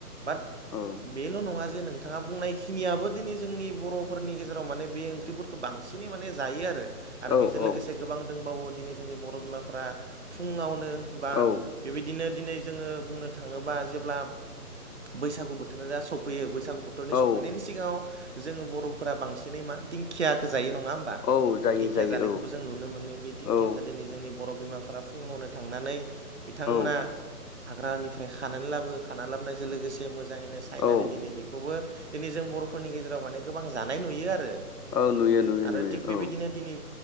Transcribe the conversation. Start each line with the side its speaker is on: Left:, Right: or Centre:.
Right: बाट
Left: औ
Right: बेल' नङा जे नों बिथाङा बुंनायखिनियाबो दिनै जोंनि बर'फोरनि गेजेराव माने बे ओंख्रिफोरखौ बांसिनै माने जायो आरो आरो
Left: औ
Right: बेजों लोगोसे गोबां दंबावो दिनै जोंनि बर' बिमाफ्रा फुङावनो बा
Left: औ
Right: बेबायदिनो दिनै जोङो बुंनो थाङोबा जेब्ला बैसागु बोथोरा सफैयो बैस बैसागु बोथोरनि
Left: औ
Right: सफैनायनि सिगाङाव जोङो बर'फोरा बांसिनै मा दिंखियाखौ जायो नङा होमबा
Left: औ जायो
Right: दिंखिया
Left: जायो
Right: जानायखौबो जों नुनो मोनो बे दिंखियाखौ
Left: औ
Right: दिनै जोंनि बर' बिमाफोरा फुङावनो थांनानै बिथांमोना
Left: औ
Right: हाग्रानिफ्राय खानानै लाबो खानानै लाबोनायजों लोगोसे मोजाङैनो साइनानै
Left: औ
Right: दिनै बेखौबो दिनै जों बर'फोरनि गेजेराव माने गोबां जानाय नुयो आरो
Left: औ नुयो नुयो
Right: आरो
Left: नुयो
Right: थिग बेबायदिनो
Left: औ
Right: दिनै